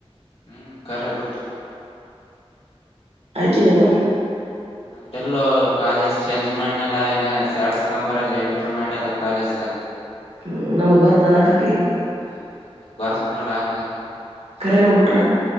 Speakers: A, on the left (about 70°); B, on the right (about 70°).
A: ಹ್ಮ್ ಕರೆ ಬಿಟ್ರಿ
B: ಆಯಕಿದಾನ
A: ನಂದಲ್ಲೂ ಕಾಲೇಜ್ ಚೇಂಜ್ ಮಾಡನಲ್ಲ ಇನ್ನ ಸ್ಯಾಡಸ್ ನಂಬರ್ ಅಲ್ಲಿ ಎಂಟ್ರಿ ಮಾಡಲ್ಲ ಕಾಲೇಜ್
B: ಹ್ಮ ನಮಗ್ ಬರ್ದ ನಕಕ
A: ಹ ಬರ್ತ್ ನಡ ಆಕ್
B: ಕರೆ ಎಲ್ಲ ಬಿಟ್ರ